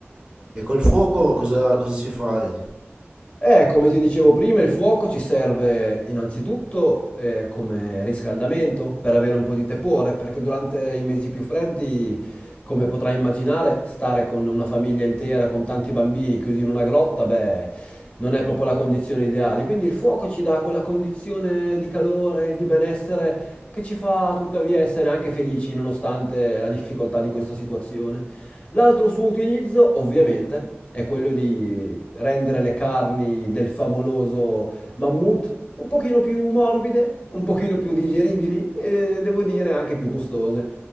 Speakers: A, on the right; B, on the left.
A: E col fuoco cosa, cosa ci fai?
B: Eh, come ti dicevo prima, il fuoco ci serve innanzitutto eh, come riscaldamento per avere un po' di tepore, perché durante i mesi più freddi, come potrai immaginare, stare con una famiglia intera, con tanti bambini chiusi in una grotta, beh, non è proprio la condizione ideale. Quindi il fuoco ci dà quella condizione di calore, di benessere che ci fa tuttavia essere anche felici nonostante la difficoltà di questa situazione. L'altro suo utilizzo, ovviamente, è quello di rendere le carni del favoloso mammut un pochino più morbide, un pochino più digeribili e devo dire anche più gustose.